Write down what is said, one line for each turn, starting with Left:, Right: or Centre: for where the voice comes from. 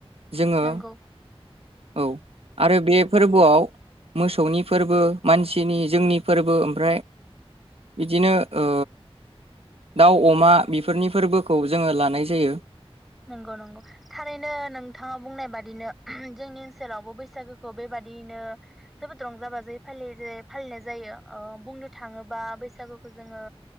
Right: जोङो
Centre: नंगौ
Right: औ आरो बे फोरबोआव मोसौनि फोरबो मानसिनि जोंनि फोरबो आमफ्राय बिदिनो ओ दाउ अमा बेफोरनि फोरबोखौ जोङो लानाय जायो।
Centre: नंगौ नंगौ थारैनो नोंथाङा बुंनाय बादिनो जोंनि ओन्सोलावबो बै सागुखौ बेबादियिनो जोबोद रंजा बाजायै फालियोजे फालिनाय जायो ओ बुंनो थाङोबा बैसागुखौ जोङो